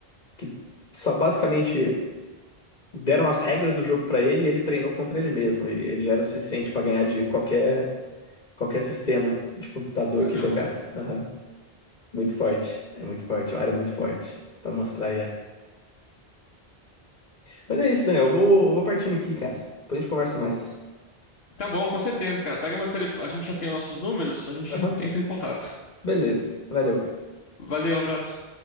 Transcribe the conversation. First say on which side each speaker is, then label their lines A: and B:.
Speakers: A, on the left (about 50°); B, on the left (about 80°).
A: que só basicamente. deram as regras do jogo pra ele e ele treinou contra ele mesmo. E ele já era suficiente pra ganhar de qualquer, qualquer sistema de computador
B: Caramba.
A: que jogasse. Aham. Muito forte. É muito forte. É uma área muito forte. Pra mostrar aí. é. Mas é isso, Daniel. Eu Vou, vou partindo aqui, cara. Depois a gente conversa mais.
B: Tá bom, com certeza, cara. Pega meu telefone. A gente já tem os nossos números, a gente
A: Aham.
B: entra em contato.
A: Beleza. Valeu, cara.
B: Valeu, um abraço.